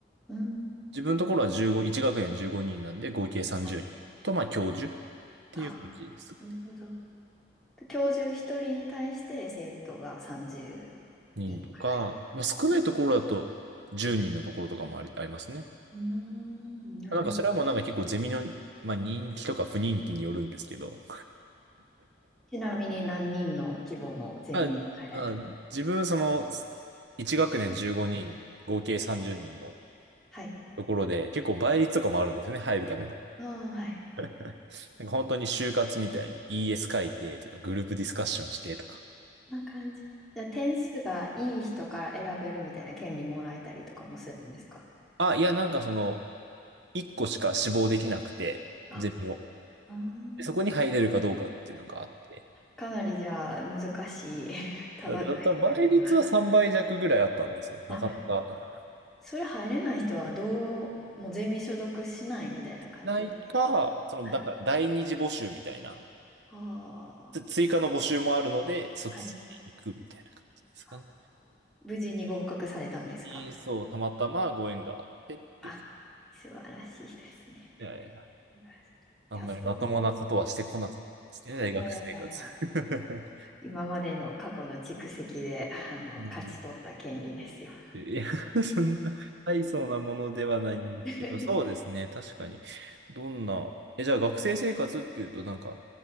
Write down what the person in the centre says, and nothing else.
うん。
はい。
あ、なるほど。教授1人に対して生徒が30人くらいとか。
うーん、なるほど。
ちなみに何人の規模のゼミに入られた
はい。
ああ、はい。
こんな感じ。じゃあ点数がいい人から選べるみたいな権利もらえたりとかもするんですか
あ
あー
かなりじゃあ難しい <laughs> 戦いというか。
あ、
それ入れない人はどう、もうゼミ所属しないみたいな感じで。
はい。ああ、
はい。あ無事に合格されたんですか
あ、素晴らしいですね。
素晴らしいいや、
そういう、あれいやいやいや
今までの過去の蓄積で、あの、
勝ち取った権利ですよ。
<laughs>